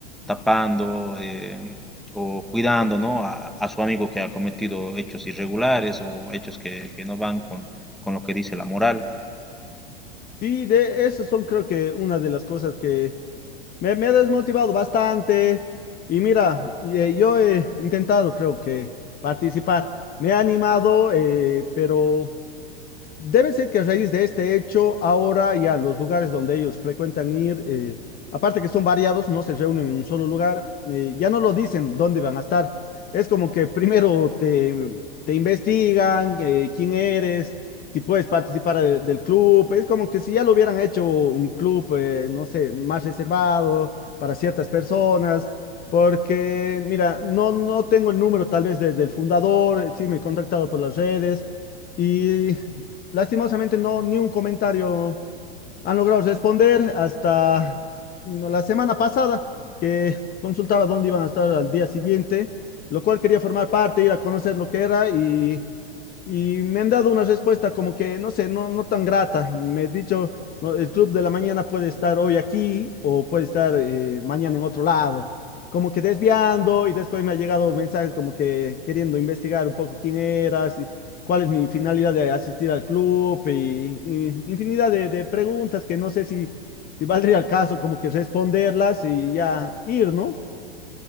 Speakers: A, in the centre; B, on the left.
A: tapando eh, o cuidando, ¿no? A, a su amigo que ha cometido hechos irregulares o hechos que, que no van con, con lo que dice la moral.
B: Sí, de esas son creo que una de las cosas que me, me ha desmotivado bastante. Y mira, eh, yo he intentado creo que participar. Me ha animado, eh, pero Debe ser que a raíz de este hecho, ahora ya los lugares donde ellos frecuentan ir, eh, aparte que son variados, no se reúnen en un solo lugar, eh, ya no lo dicen dónde van a estar. Es como que primero te, te investigan, eh, quién eres, si puedes participar de- del club. Es como que si ya lo hubieran hecho un club, eh, no sé, más reservado para ciertas personas. Porque, mira, no, no tengo el número tal vez de- del fundador, sí me he contactado por las redes. Y Lastimosamente no, ni un comentario han logrado responder hasta mm, la semana pasada, que consultaba dónde iban a estar al día siguiente, lo cual quería formar parte, ir a conocer lo que era y y me han dado una respuesta como que, no sé, no, no tan grata. Me he dicho, "No, el club de la mañana puede estar hoy aquí o puede estar eh, mañana en otro lado. Como que desviando y después me ha llegado mensajes como que queriendo investigar un poco quién era, si- cuál es mi finalidad de asistir al club y, y infinidad de, de preguntas que no sé si, si valdría el caso como que responderlas y ya ir, ¿no?